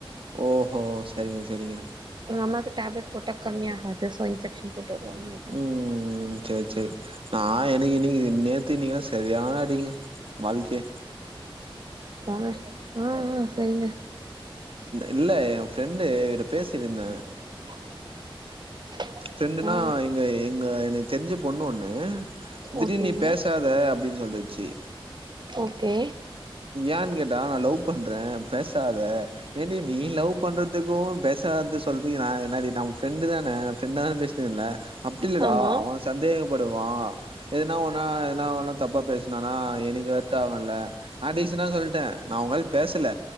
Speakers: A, on the right; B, on the right.
A: ஓஹோ சேரிங்க சேரிங்க
B: எங்க அமாக்கு டேப்லட போட்டா கம்மிய ஆகது ஸோ இன்ஜெக்ஷ போட்டு வருவாங்க நைட்டு
A: ம் சேரி சேரி நா எனக்கு இன்னைக்கு நேத்து இன்னீங்கா சரியான அடிங்க வால்கே
B: போங்க ஆஹ்ஹ் சேரிங்க
A: இல்ல என் ஃப்ரெண்டு எங்கிட்ட பேசிட்ருந்தே
B: <inaudible>
A: ஃபிரண்டுனா
B: ஆ
A: இங்க எங்க எனக்கு தெரிஞ்ச பொண்ணு ஒன்னு திடீ
B: ஓகேங்க
A: நீ பேசாத அப்டின்னு சொல்லுச்சு
B: ஓகே
A: ஏன்னு கேட்டா நா லவ் பண்றே பேசாத ஏன்டி நீ லவ் பண்றதுக்கு பேசாதது சொல்லறக்கு நா என்னாடி நம் ஃப்ரெண்ட் தானே ஃபன்ரெண்ட தானே பேசினலே அப்டி இல்லடா
B: ஆமா
A: அவன் சந்தேகப்படுவா எதுனா ஒன்னா எனா ஒன்னா தப்பா பேசுனனா எனக்கு வருந்த ஆகும்ல நா டிசண்டா சொல்லிட்டே நா உங்கள பேசல